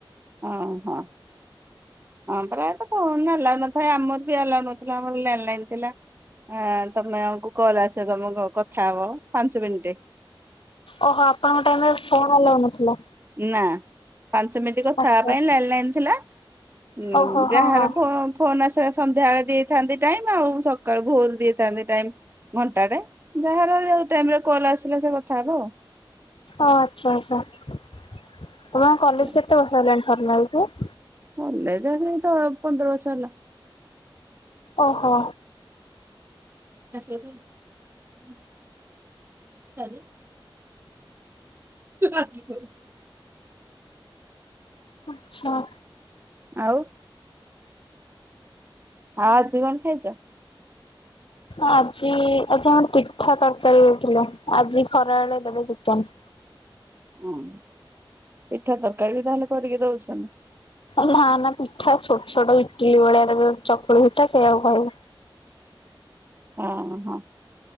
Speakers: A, on the right; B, on the left.
A: ଓହୋ। ହଁ ପ୍ରାୟତଃ ନା ଲାଇନ୍ ନଥାଏ ଆମର ବି ଆଲ୍ଲୋଉ ନଥିଲା ଆମର ଲଣ୍ଡ ଲାଇନ ଥିଲା। ହଁ ତମେ ଆମକୁ କଲ ଆସ ତମ କଣ କଥା ହବ ପାଞ୍ଚ ମିନ୍ଟି।
B: ଓହୋ ଆପଣଙ୍କ ଟାଇମ ରେ ଫୋନ ଆଲାଉ ନଥିଲା?
A: ନା। ପାଞ୍ଚ ମିନିଟ କଥା
B: ଆଚ୍ଛା।
A: ହେବା ପାଇଁ ଲ୍ୟାଣ୍ଡ ଲାଇନ୍ ଥିଲା ଉଁ
B: ଓହୋ ହଁ
A: ଯାହାର
B: ହଁ
A: ଫୋ ଫୋନ୍ ଆସିବାର ସନ୍ଧ୍ୟା ବଳେ ଦେଇଥାନ୍ତି ଟାଇମ ଆଉ ସକାଳୁ ଭୋର ଦେଇଥାନ୍ତି ଟାଇମ। ଘଣ୍ଟାଟେ ଯାହାର ଯୋଉ ଟାଇମରେ କଲ୍ ଆସିଲା ସେ କଥା ହେବ।
B: ଓ ଆଚ୍ଛା ଆଚ୍ଛା ତମର
A: ଆଉ।
B: କଲେଜ କେତେ ବର୍ଷ ହେଲାଣି ସାରିଲା ବେଳକୁ?
A: କଲେଜ ହେଇ ତ ପନ୍ଦର ବର୍ଷ ହେଲା।
B: ଓହୋ।
A: ଆସିଲ କାହିଁ? ଉଁ। ସାରି। ଆଜି ପାଉଛି।
B: ଆଚ୍ଛା।
A: ଆଉ? ଆଜି କଣ ଖାଇଛ?
B: ଆଜି ଅଜା ଆମର ପିଠା ତରକାରୀ ହେଇଥିଲା ଆଜି ଖରା ବେଳେ ଦେବେ ଚିକେନ।
A: ଉଁ ପିଠା ତରକାରୀ ବି ତାହେଲେ କରିକି ଦଉଛନ୍ତି।
B: ନା ନା ପିଠା ଛୋଟ ଛୋଟ ଇଟିଲି ଭଳିଆ ତାକୁ ଏବେ ଚକୁଳି ପିଠା ସେଇୟାକୁ ଖାଇବୁ।
A: ଓ ହୋ।